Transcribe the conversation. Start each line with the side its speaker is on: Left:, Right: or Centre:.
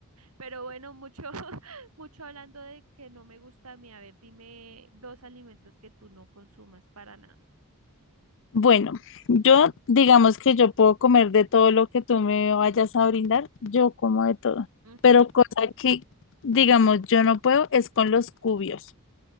Right: Pero bueno, mucho, <laughs> mucho hablando de que no me gusta a mí. A ver, dime dos alimentos que tú no consumas para nada.
Left: Bueno, yo digamos que yo puedo comer de todo lo que tú me vayas a brindar, yo como de todo.
Right: Ujú.
Left: Pero cosa que, digamos, yo no puedo es con los cubios.